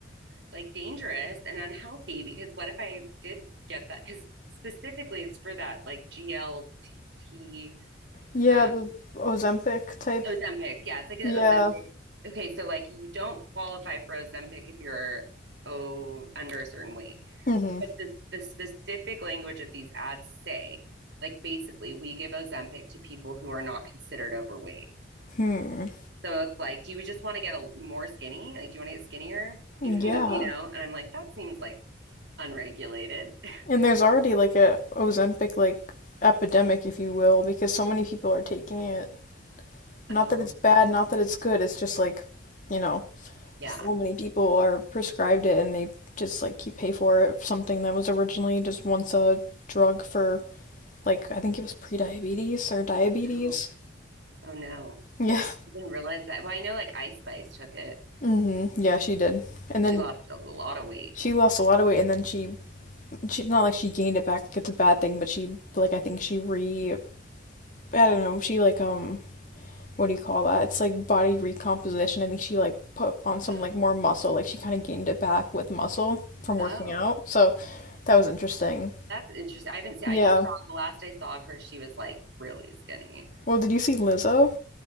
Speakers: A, on the right; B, on the left.
A: like dangerous and unhealthy because what if I did get that? Because specifically, it's for that like GLT
B: Yeah,
A: um,
B: the Ozempic type.
A: Ozempic. Yeah, it's like an
B: Yeah.
A: Ozempic. Okay, so like you don't qualify for Ozempic if you're oh under a certain weight.
B: Mm-hmm.
A: But the the specific language of these ads say, like basically, we give Ozempic to people who are not considered overweight.
B: Hmm.
A: So it's like, do you just want to get a more skinny? Like, do you want to get skinnier? Even
B: Yeah.
A: though, you know, and I'm like, that seems like unregulated. <laughs>
B: And there's already like a Ozempic like epidemic, if you will, because so many people are taking it. Not
A: Oh,
B: that it's bad,
A: really?
B: not that it's good. It's just like, you know,
A: Yeah.
B: so many people are prescribed it and they just like you pay for it something that was originally just once a drug for like I think it was pre-diabetes or diabetes.
A: Oh, oh no.
B: Yeah.
A: I didn't realize that. Well, I know like Ice Spice took it
B: Mhm. Yeah, she did. And
A: and
B: then
A: she lost a lot of weight.
B: she lost a lot of weight and then she she not like she gained it back, like it's a bad thing, but she like I think she re I don't know, she like um what do you call that? It's like body recomposition. I think she like put on some
A: Oh.
B: like more muscle. Like she kind of gained it back with muscle from
A: Oh,
B: working out. So that was interesting.
A: that's interesting. I haven't seen,
B: Yeah.
A: I just saw the last I saw of her, she was like really skinny.
B: Well, did you see Lizzo?